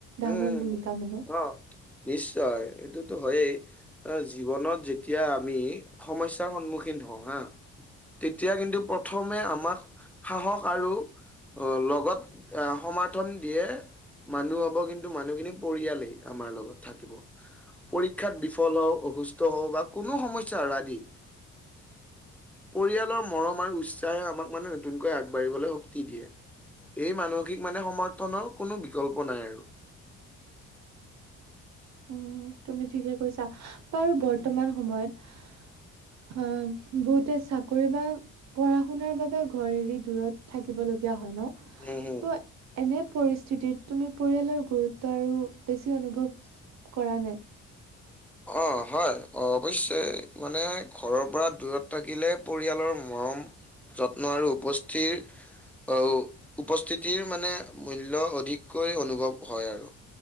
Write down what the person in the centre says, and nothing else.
উম
অ নিশ্চয় এইটোতো হয়েই। অ জীৱনত যেতিয়া আমি সমস্যাৰ সন্মুখীন হওঁ হা। তেতিয়া কিন্তু প্ৰথমে আমাক সাহস আৰু অ লগত আহ সমৰ্থন দিয়ে মানুহ কিন্তু মানুহখিনি পৰিয়ালেই আমাৰ লগত থাকিব। পৰীক্ষাত বিফল হওঁ, অসুস্থ হওঁ, বা কোনো সমস্যা আৰাদি, পৰিয়ালৰ মৰম আৰু উৎসাহে আমাক মানে নতুনকৈ আগবাঢ়িবলৈ শক্তি দিয়ে। এই মানসিক মানে সমৰ্থনৰ কোনো বিকল্প নাই আৰু।
উম হম
অ হয় অ অৱশ্যে মানে ঘৰৰ পৰা দূৰত থাকিলে পৰিয়ালৰ মৰম যত্ন আৰু উপস্থিৰ আও উপস্থিতিৰ মানে মূল্য অধিককৈ অনুভৱ হয় আৰু।